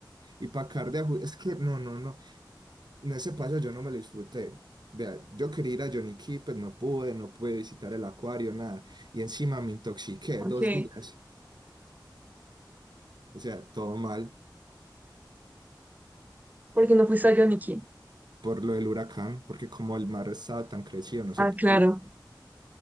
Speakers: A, on the right (about 60°); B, on the right (about 20°).
A: y para acabar de aju- es que no, no, no, en ese paso yo no me lo disfruté, vea, yo quería ir a Johnny Cay, pues no pude, no pude visitar el acuario, nada, y encima me intoxiqué
B: Ok.
A: dos días, o sea, todo mal
B: ¿Por qué no fuiste a Yoniki?
A: por lo del huracán, porque como el mar estaba tan crecido, no se
B: Ah,
A: podía.
B: claro.